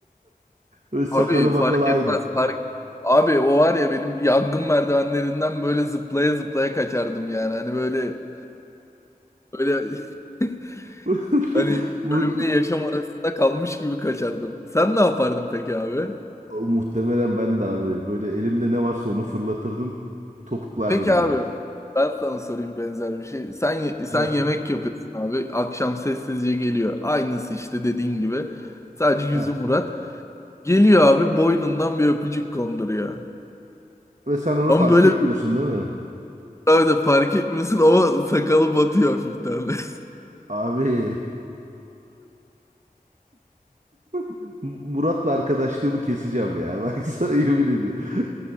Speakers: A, on the right (about 55°); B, on the left (about 20°).
A: Böyle sakalı
B: Abi
A: bakalı
B: fark
A: aynı.
B: etmez. Fark... Abi o var ya benim yangın merdivenlerinden böyle zıplaya zıplaya kaçardım yani. Hani böyle böyle <laughs>
A: <laughs>
B: Hani
A: Bu
B: ölümle yaşam arasında kalmış gibi kaçardım. Sen ne yapardın peki abi?
A: O, muhtemelen ben de abi böyle elimde ne varsa onu fırlatırdım. Topuklardım
B: Peki abi
A: direkt.
B: ben sana sorayım benzer bir şey. Sen ye- sen
A: Heh,
B: yemek yapıyorsun abi. Akşam sessizce geliyor. Aynısı işte dediğin gibi. Sadece yüzü
A: heh.
B: Murat. Geliyor abi boynundan bir öpücük konduruyor.
A: Ve sen onu
B: Ama
A: fark
B: böyle
A: etmiyorsun
B: bir
A: değil mi?
B: şey abi de fark etmiyorsun ama sakalı batıyor hafiften de. <laughs>
A: Abi <laughs> M- Murat'la arkadaşlığımı keseceğim ya. <laughs> Bak sana yemin ediyorum.